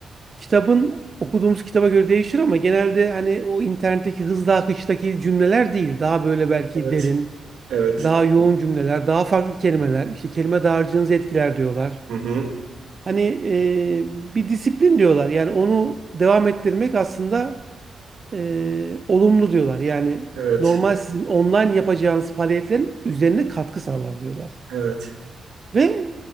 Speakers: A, on the right; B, on the right.
A: kitabın okuduğumuz kitaba göre değişir ama genelde hani o internetteki hızlı akıştaki cümleler değil. Daha böyle belki
B: Evet.
A: derin,
B: Evet.
A: daha yoğun cümleler, daha farklı kelimeler, işte kelime dağarcığınızı etkiler diyorlar.
B: Hı-hı.
A: Hani e, bir disiplin diyorlar. Yani onu devam ettirmek aslında e, olumlu diyorlar. Yani
B: Evet.
A: normal sizin online yapacağınız faaliyetlerin üzerine katkı sağlar diyorlar.
B: Evet.
A: Ve